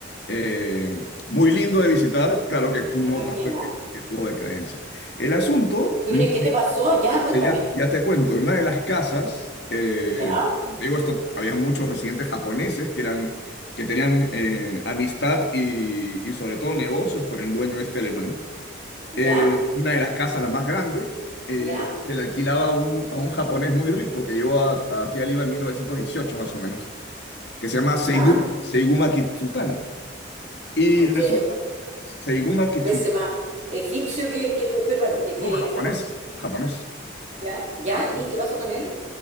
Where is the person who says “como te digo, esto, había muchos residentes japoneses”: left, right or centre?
Left